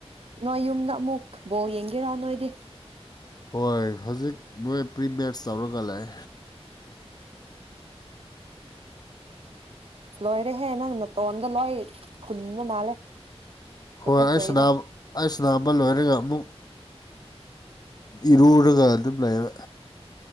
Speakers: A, on the right; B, on the left.
A: ꯅꯣꯏ ꯌꯨꯝꯗ ꯑꯃꯨꯛ ꯕꯣꯜ ꯌꯦꯡꯒꯦꯔꯥ ꯅꯣꯏꯗꯤ
B: ꯍꯣꯏ ꯍꯧꯖꯤꯛ ꯃꯣꯏ ꯄ꯭ꯔꯤ ꯃꯦꯁ ꯇꯧꯔꯒ ꯂꯩ
A: ꯂꯣꯏꯔꯦꯍꯦ ꯅꯪ ꯅꯇꯣꯟꯗꯣ ꯂꯣꯏ ꯐꯨꯟꯕ ꯃꯥꯜꯂꯦ
B: ꯍꯣꯏ
A: ꯇꯨꯀꯠꯆꯩꯗ
B: ꯑꯩ ꯁꯅꯥꯕ ꯑꯩ ꯁꯅꯥꯕ ꯂꯣꯏꯔꯒ ꯑꯃꯨꯛ ꯏꯔꯨꯔꯒ ꯑꯗꯨꯝ ꯂꯩꯕ